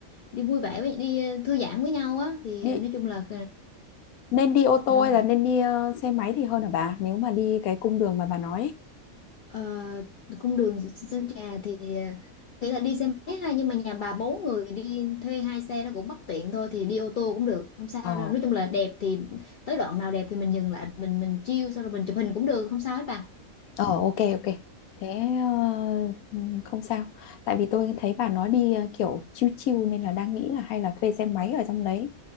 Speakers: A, on the left (about 65°); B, on the left (about 85°).
A: đi vui vẻ với đi thư giãn với nhau á thì
B: đi
A: nói chung là
B: nên đi ô tô
A: ừ,
B: hay là nên đi ờ, xe máy thì hơn hả bà nếu mà đi cái cung đường mà bà nói ấy.
A: Ờ, cung đường Sơn Trà thì thế là đi xe máy ha nhưng mà nhà bà bốn người đi thuê hai xe nó cũng bất tiện thôi thì đi ô tô cũng được không sao
B: ờ
A: đâu nói chung là đẹp thì tới đoạn nào đẹp thì mình dừng lại mình mình chill xong rồi mình chụp hình cũng được không sao hết bà
B: Ờ ok ok thế ờ, ừ, không sao tại vì tôi thấy bà nói đi ờ, kiểu chill chill nên là đang nghĩ là hay là thuê xe máy ở trong đấy